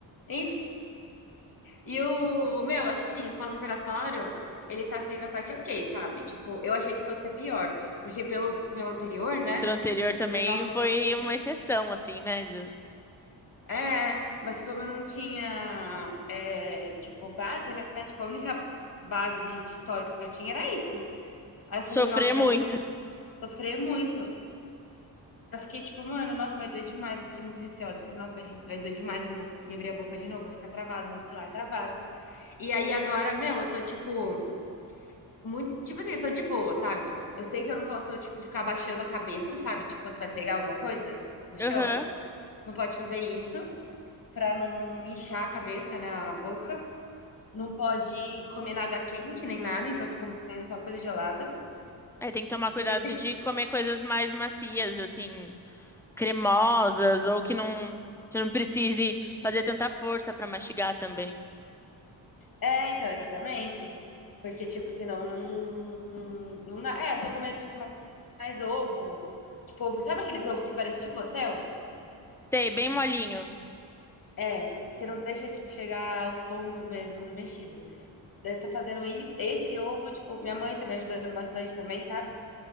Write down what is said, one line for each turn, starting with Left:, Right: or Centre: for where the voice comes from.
Left: Enfim. E o, meu, assim, o pós-operatório, ele tá sendo ataque ok, sabe? Tipo, eu achei que fosse ser pior. Porque pelo meu anterior, né?
Centre: O seu anterior
Left: Eu
Centre: também
Left: falei, nossa,
Centre: foi
Left: eu vou
Centre: uma
Left: ficar
Centre: exceção, assim, né? de
Left: <laughs> é, mas como eu não tinha, é, tipo, base, né? Tipo, a única base de, de histórico que eu tinha era isso. Aí eu falei,
Centre: Sofrer
Left: nossa, vai
Centre: muito.
Left: doer, sofrer muito. Eu fiquei tipo, mano, nossa, vai doer demais. Eu fiquei muito receosa. Eu Falei, nossa, vai, vai doer demais. Eu não vou conseguir abrir a boca de novo. Vai ficar travado, maxilar travado. E aí agora, meu, eu tô tipo, muito, tipo assim, eu tô de boa, sabe? Eu sei que eu não posso, tipo, ficar abaixando a cabeça, sabe? Tipo, quando você vai pegar alguma coisa no chão.
Centre: Aham.
Left: Não pode fazer isso pra não inchar a cabeça, né? A boca. Não pode comer nada quente nem nada. Então, eu tô comendo só coisa gelada.
Centre: É, tem que tomar cuidado
Left: Mas assim.
Centre: de comer coisas mais macias, assim, cremosas, ou que não, você não precise fazer tanta força pra mastigar também.
Left: É, então, exatamente. Porque, tipo, senão não, não, não dá. É, eu tô comendo, tipo, mais ovo. Tipo, ovo, sabe aqueles ovos que parece tipo hotel?
Centre: Tem, bem molinho.
Left: É, você não deixa, tipo, chegar ao ponto mesmo do mexido. Daí Eu tô fazendo isso, esse ovo, tipo, minha mãe tá me ajudando bastante também, sabe?